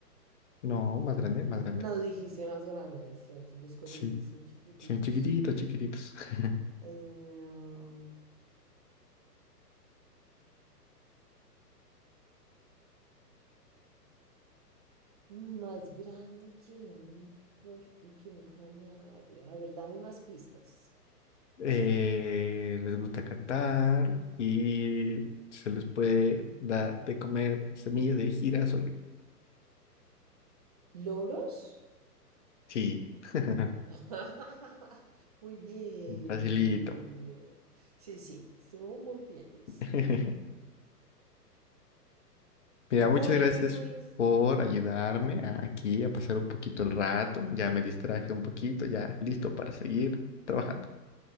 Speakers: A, on the left; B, on the right.
A: No, más grande, más grande.
B: No, dijiste más grande, es cierto. Los colibríes
A: Sí,
B: son chiquititos.
A: sí, chiquititos, chiquititos. <laughs>
B: Eh, más grande que un, col- que un canario. A ver, dame más pistas.
A: Eh, les gusta cantar y se les puede dar de comer semilla de girasol.
B: ¿Loros?
A: Sí, <laughs>
B: <laughs> Muy bien.
A: facilito.
B: Sí, sí, estuvo muy bien, Luis.
A: <laughs> Mira, muchas
B: Bueno,
A: gracias
B: Luis,
A: por ayudarme a- aquí a pasar un poquito el rato. Ya me distraje un poquito, ya listo para seguir trabajando.